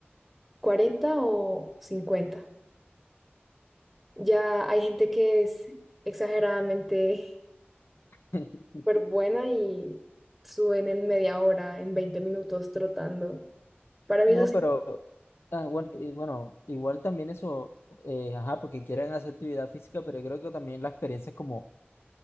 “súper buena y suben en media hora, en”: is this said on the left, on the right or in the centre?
Centre